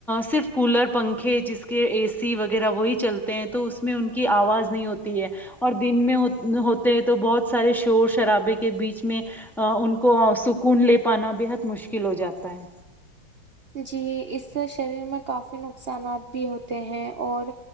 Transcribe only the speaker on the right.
جی اس سے شریر میں کافی نقصانات بھی ہوتے ہیں اور